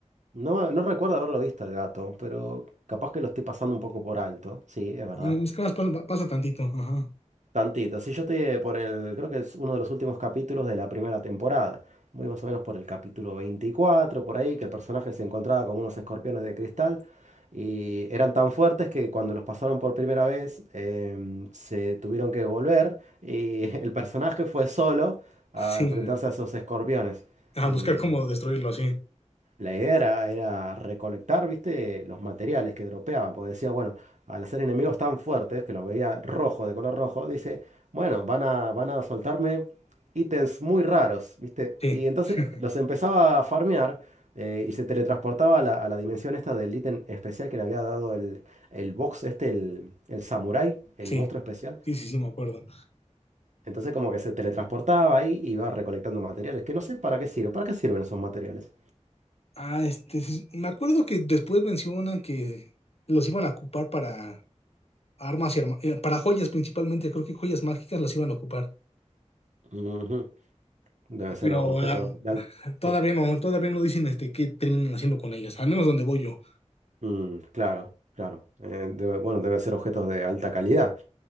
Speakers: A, on the right (about 80°); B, on the left (about 55°).
A: No, no recuerdo haberlo visto el gato, pero capaz que lo estoy pasando un poco por alto. Sí, es verdad.
B: Mm, Es que más pasa, pasa tantito, ajá.
A: Tantito. Sí, yo estoy eh, por el, creo que es uno de los últimos capítulos de la primera temporada. Voy más o menos por el capítulo 24 por ahí, que el personaje se encontraba como unos escorpiones de cristal y eran tan fuertes que cuando los pasaron por primera vez em, se tuvieron que volver y <laughs> el personaje fue solo a
B: Sí,
A: enfrentarse
B: a,
A: a esos escorpiones.
B: a
A: Y
B: buscar cómo
A: la-
B: destruirlo, así.
A: la idea era, era recolectar, viste, los materiales que dropeaba, porque decía, bueno, al hacer enemigos tan fuertes, que los veía rojo, de color rojo, dice, bueno, van a, van a soltarme ítems muy raros, viste.
B: Sí,
A: Y entonces
B: <laughs>
A: los empezaba a farmear eh, y se teletransportaba a la, a la dimensión esta del ítem especial que le había dado el, el box este, el, el samurái,
B: sí,
A: el monstruo especial.
B: sí, sí, sí, me acuerdo.
A: Entonces como que se teletransportaba ahí y iba recolectando materiales, que no sé para qué sirve, para qué sirven esos materiales.
B: Ah, este, sí, me acuerdo que después mencionan que los iban a ocupar para armas y arma- eh, para joyas principalmente, creo que joyas mágicas las iban a ocupar,
A: Ujú. Deben ser
B: pero
A: objetos
B: ah,
A: de alta.
B: todavía
A: Sí,
B: no, todavía no dicen este qué terminan haciendo con ellas, al menos donde voy yo.
A: Mm, claro, claro. Eh, debe- bueno, deben ser objetos de alta calidad.